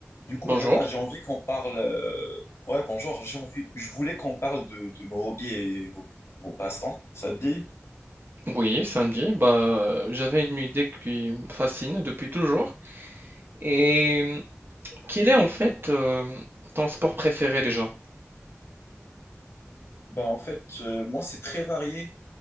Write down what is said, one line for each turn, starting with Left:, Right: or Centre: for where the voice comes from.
Left: Du coup,
Right: Bonjour.
Left: Reda, j'ai envie qu'on parle. euh, Ouais, bonjour, j'ai envie. Je voulais qu'on parle de, de nos hobbies et nos, nos passe-temps. Ça te dit?
Right: Oui, samedi, bah, j'avais une idée qui me fascine depuis toujours. Et hum, quel est en fait euh, ton sport préféré déjà?
Left: Bah, en fait, euh, moi, c'est très varié.